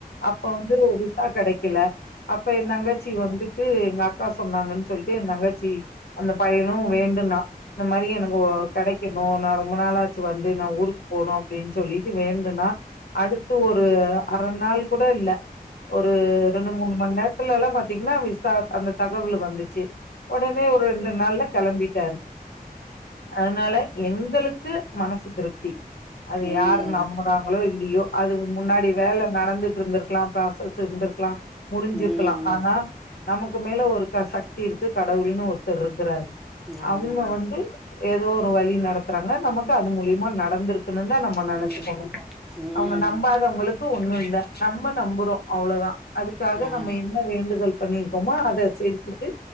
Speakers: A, on the left (about 80°); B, in the centre.
A: அப்ப வந்து விசா கெடைக்கல அப்ப ஏ தங்கச்சி வந்துட் எங்க அக்கா சொன்னாங்கன்னு சொல்லிட்டு ஏ தங்கச்சி தினோ வேண்டுனா இந்த மாரி எனக்கு ஒ கெடைக்கணு நா ரொம்ப நாளாச்சி வந்து. நா ஊருக்கு போனு அப்டின் சொல்லிட்டு வேண்டுனா. அடுத்து ஒரு ஒரு அரை நாள் கூட இல்ல. ஒரு ரெண்டு, மூணு மணி நேரத்துல எல்லா பாத் பாத்தீங்னா விசா அந்த தகவல் வந்துச்சி. ஒடனே ஒரு ரெண்டு நாள்ல கெளம்பிட்டாரு. அதனால எங்களுக்கு மனசு திருப்தி. அது
B: ம்
A: யாரு நம்புறாங்களோ இல் லியோ அதுக்கு முன்னாடி வேல நடந்துட்டு இருந்திருக்லா. ப்ராசஸ் இருந்திருக்லா. முடிஞ்சிருக்லா.
B: ம்
A: ஆனா
B: ம்
A: நமக்கு மேல ஒரு சக்தி இருக்கு. கடவுள்னு ஒருத்தர் இருக்குறாரு.
B: ஆமா
A: அவுங்க
B: ஆமா
A: வந்து ஏதோ ஒரு வழி நடத்துறாங்க. நமக்கு அது மூலியமா நட நடந்திருக்கின்னு தா நம்ம
B: ம்
A: நெனைச்சிக்கணு.
B: ம்
A: அவங்க நம்பாதவங்களுக்கு ஒன்னு இல்ல. நம்ம நம்புறோ அவ்ளோதா. அதுக்காக
B: ஆ
A: நம்ம என்ன வேண்டு வேண்டுதல் பண்ணிருக்கோமோ அத செஞ்சிட்டு